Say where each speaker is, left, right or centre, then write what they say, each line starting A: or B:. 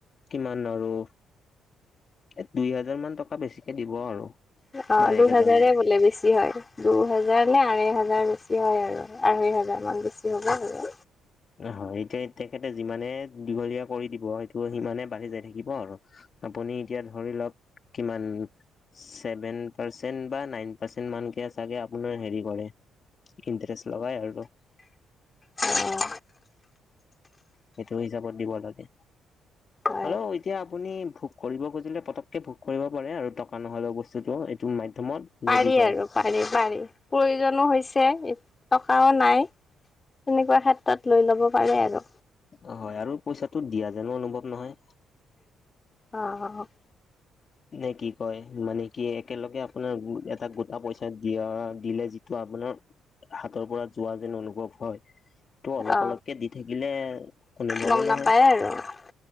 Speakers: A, on the left; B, on the left.
A: কিমান আৰু এ, দুই হাজাৰ মান টকা বেছিকে দিব আৰু।
B: অ,
A: বা
B: দুহাজাৰে
A: এক হাজাৰ মান
B: বোলে বেছি হয়। দু হেজাৰ নে আঢ়ৈ হোজাৰ বেছি হয় আৰু আঢ়ৈ হোজাৰ মান বেছি হ'ব বাৰু।
A: হয় এতিয়া তেখেতে যিমানে দীঘলীয়া কৰি দিব সেইটো সিমানে বাঢ়ি যাই থাকিব আৰু। আপুনি এতিয়া ধৰি লওক কিমান চেভেন পাৰ্চেন বা নাইন পাৰ্চেন মান কে চাগে আপোনাৰ হেৰি কৰে। ইণ্ট্ৰেষ্ট লগই আৰু।
B: উম।
A: সেইটো হিচাপত দিব লাগে।
B: অ'।
A: হলেও এতিয়া আপুনি ভোগ কৰিব খুজিলে পটককৈ ভোগ কৰিব পাৰে আৰু টকা নহ'লেও বস্তুটো এইটো মাধ্যমত।
B: পাৰি
A: নে কি কয়
B: আৰু পাৰি, পাৰি প্ৰয়োজনো হৈছে টকাও নাই। তেনেকুৱা ক্ষেত্ৰত লৈ ল'ব পাৰে আৰু।
A: অ, হয় আৰু পইচাটো দিয়া যেনো অনুভৱ নহয়।
B: অ'।
A: নে কি কয় মানে কি একেলগে আপোনাৰ এটা গোটা পইচা দিয়া দিলে। ত, আপোনাৰ হাতৰ পৰা যোৱা যেন অনুভৱ হয়। এইটো অলপ,
B: অ
A: অলপকে দি থাকিলে অনুভৱো
B: গম নাপায়
A: নহয়।
B: আৰু